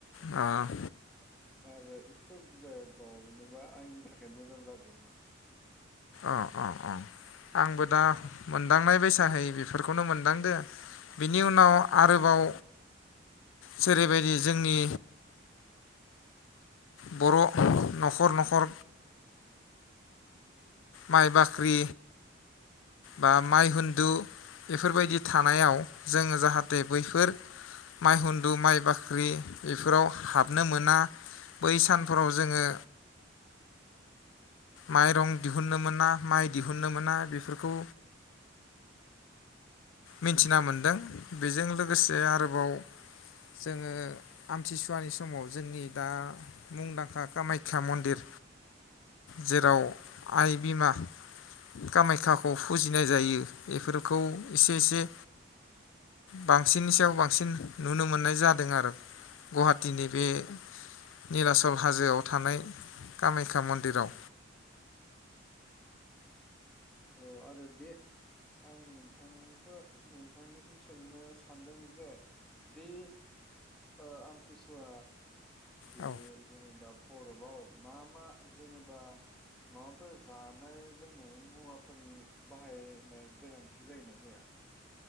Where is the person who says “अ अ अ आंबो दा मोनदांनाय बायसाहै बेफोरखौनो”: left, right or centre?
Left